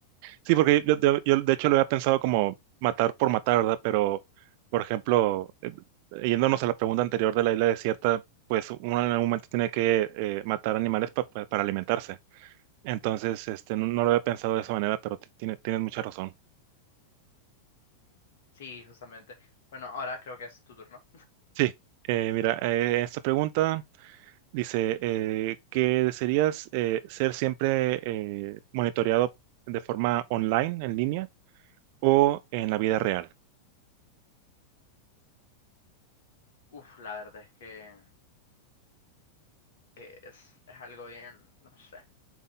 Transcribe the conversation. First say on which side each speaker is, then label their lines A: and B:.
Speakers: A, on the right (about 45°); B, on the left (about 55°).
A: Sí, porque yo, yo- yo, de hecho lo había pensado como matar por matar, ¿verdad? Pero, por ejemplo, eh, yéndonos a la pregunta anterior de la isla desierta, pues uno en algún momento tiene que eh, matar animales pa- pa- para alimentarse. Entonces, este, no, no lo había pensado de esa manera, pero ti- tiene- tienes mucha razón.
B: Sí, justamente. Bueno, ahora creo que es tu turno.
A: Sí, eh, mira, eh, esta pregunta dice, eh, ¿que desearías eh, ser siempre eh, monitoreado de forma online, en línea, o en la vida real?
B: Uf, la verdad es que es, es algo bien, no sé.